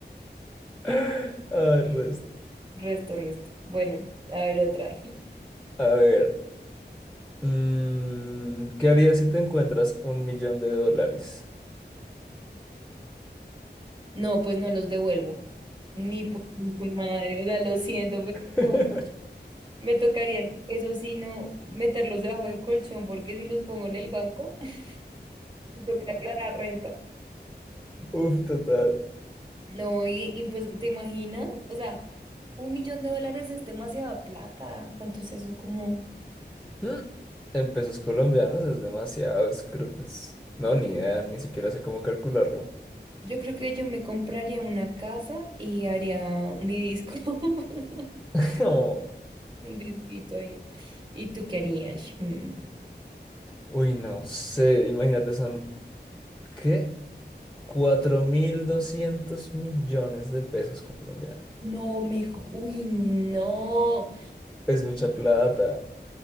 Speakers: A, in the centre; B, on the right (about 25°).
A: Ah, el resto.
B: Resto, resto. Bueno, a ver otra.
A: A ver. mm, ¿qué harías si te encuentras un millón de dólares?
B: No, pues no los devuelvo. Ni por ni por madre. O sea, lo siento, pero
A: <laughs>
B: me tocaría, eso sí, no meterlos debajo del colchón, porque si los pongo en el banco, <laughs> me toca aclarar renta.
A: Uf, total.
B: No, y, y pues, ¿te imaginas? O sea, un millón de dólares es demasiada plata. ¿Cuánto es eso? Como,
A: Mm, En pesos colombianos es demasiado, es- creo que es... No, ni idea, ni siquiera sé cómo calcularlo.
B: yo creo que yo me compraría una casa y haría mi disco, <laughs>
A: <laughs>
B: un disquito ahí. ¿Y tú qué harías? Mm.
A: Uy, no sé, imagínate, son, ¿qué? 4.200 millones de pesos colombianos.
B: No, me... ju- Uy, no.
A: Es mucha plata.